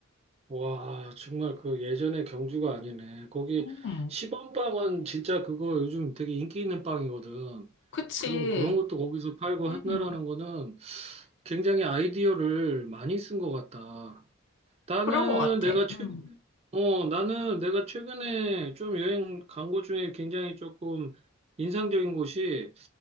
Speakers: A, on the right; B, on the left.
A: 와, 정말 그 예전의 경주가 아니네. 거기
B: 음,
A: 시범빵은 진짜 그거 요즘 되게 인기 있는 빵이거든.
B: 그치.
A: 그럼 그런 것도 거기서 팔고
B: 음,
A: 한다라는 거는 굉장히 아이디어를 많이 쓴 것 같다. 나는
B: 그런 것 같아.
A: 내가 최근에,
B: 음,
A: 어, 나는 내가 최근에 좀 여행 간 곳 중에 굉장히 조금 인상적인 곳이